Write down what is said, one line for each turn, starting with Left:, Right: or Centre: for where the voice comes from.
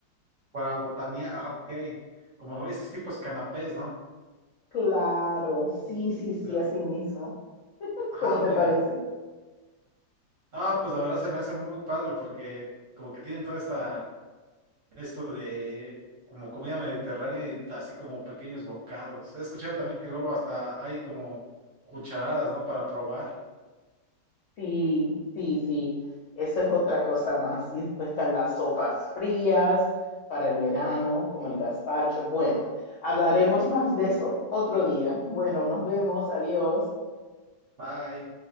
Right: Para botanía, ajá, ok. Como estos tipos canapés, ¿no?
Left: Claro, sí, sí, sí,
Right: Pero,
Left: así mismo.
Right: ajá,
Left: ¿Cómo te
Right: mira.
Left: parece?
Right: Ah, pues la verdad se me hace muy padre porque como que tienen toda esta esto de como comida mediterránea y así como pequeños bocados. He escuchado también que luego hasta hay como cucharadas, ¿no? Para probar.
Left: Sí, sí, sí. Eso es otra cosa más. Y después están las sopas frías para el verano, como el gazpacho. Bueno, hablaremos más de eso otro día. Bueno, nos vemos. Adiós.
Right: Bye.